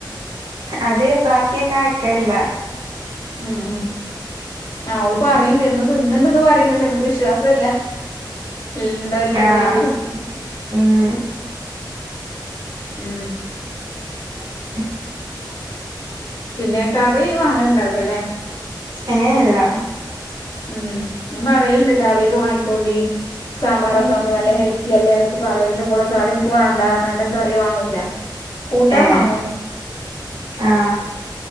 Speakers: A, on the right; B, on the left.
A: അത് ബാക്കിയൊക്കെ അയിക്കലില്ല
B: ഉം ഉം അവള് പറയ്
A: ഉം
B: ണ്ട് തിന്നുണ്ട്‌ പറയ പക്ഷെ നമുക്ക് വിശ്വാസം ല്ല ണ്ടോ ഇല്ല എന്നുള്ളത്
A: ആഹ് ഉം
B: ഉം
A: എ <inaudible>
B: പിന്നെ കറി വാങ്ങല് ഉണ്ടാവൽ ല്ല ല്ലെ
A: ഏഹ് ഇല്ല
B: ഉം ഞാൻ പറയലണ്ട് കറിയൊക്കെ വാങ്ങിക്കോണ്ടി സാമ്പാറൊക്കെ
A: ഉം
B: ആകുമ്പോ നല്ല ഹെൽത്തി അല്ലേ പറയലുണ്ട് ഇപ്പോള് കറി എനിക്ക് വേണ്ടാന്നു പറഞ്ഞണ്ട് കറി വാങ്ങൂല കൂട്ടാൻ
A: ഏഹ്
B: വാങ്ങും
A: ആഹ്